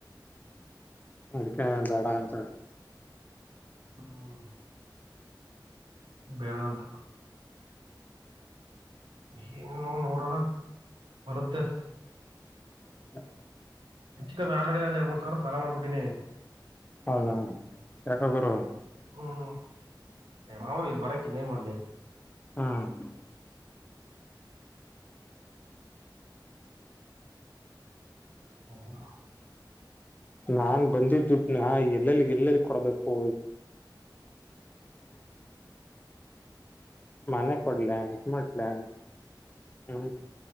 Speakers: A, on the left (about 20°); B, on the right (about 80°).
A: ಅದಕ್ಕೆಾ <inaudible>
B: ಹ್ಮ್ ಬೇಡ ಅಂತ <inaudible>
A: ಇಲ್ಲ <inaudible>
B: ಹೆಚ್ಚಕ್ಕಮ್ಮ ಆಲ್ಡಿ ಒಂದ ಎರಡ್ ಮೂರ್ ಸಾವಿರ ಸಾಲ ಮಾಡ್ಬಿಟ್ಟೀಿನಿ <inaudible>
A: ಹೌದಾ ಯಾಕ ಗರು <inaudible>
B: ಹ್ಮ್ ಮಾವುೂ ಇ ಬರಕ್ಕಿ ನೀೇನು ಮಾಡಲಿ <inaudible>
A: ಹ್ಮ
B: ಹ್ಮ <inaudible>
A: ನಾನ್ ಬಂದಿದ್ದು ನ ಎಲ್ಲೆಲ್ಲಿ ಎಲ್ಲೆಲ್ಲಿ ಕೊಡ್ಬೇಕು ಮಾಡ್ಲ ಹ